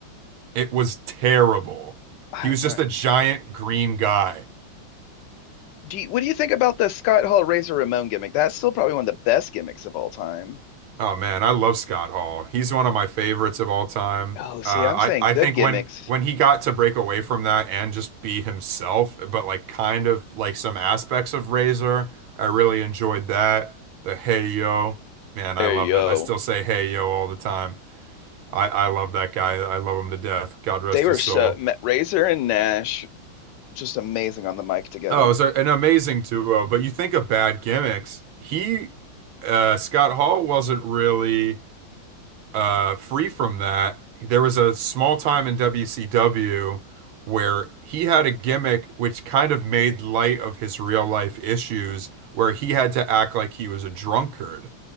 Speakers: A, on the right; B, on the left.
A: It was terrible.
B: I'm
A: He was
B: not.
A: just a giant green guy.
B: Do you, what do you think about the Scott Hall Razor Ramon gimmick? That's still probably one of the best gimmicks of all time.
A: Oh man, I love Scott Hall. He's one of my favorites of all time.
B: Oh, see,
A: Uh,
B: I'm saying
A: I I
B: good
A: think
B: gimmicks.
A: when when he got to break away from that and just be himself, but like kind of like some aspects of Razor, I really enjoyed that. The hey yo, man, I
B: There
A: love
B: you
A: that.
B: go.
A: I still say hey yo all the time. I I love that guy. I love him to death. God rest
B: They were
A: his
B: so
A: soul.
B: Razor and Nash just amazing on the mic together.
A: Oh, it's an amazing duo, but you think of bad gimmicks. He, uh, Scott Hall wasn't really uh, free from that. There was a small time in WCW where he had a gimmick which kind of made light of his real life issues, where he had to act like he was a drunkard